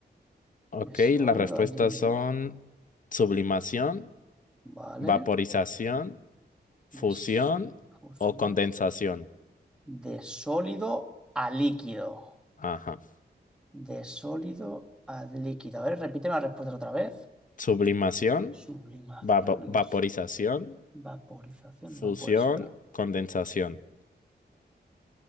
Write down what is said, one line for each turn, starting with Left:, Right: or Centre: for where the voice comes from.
Left: Ok,
Centre: De sólido
Left: las respuestas
Centre: a líquido.
Left: son sublimación,
Centre: Vale.
Left: vaporización, fusión
Centre: De, s- fusión.
Left: o condensación.
Centre: de sólido a líquido.
Left: Ajá.
Centre: De sólido a líquido. A ver, repíteme las respuestas otra vez.
Left: Sublimación,
Centre: Sublimación.
Left: vapo- vaporización,
Centre: Vaporización
Left: fusión,
Centre: no puede ser.
Left: condensación.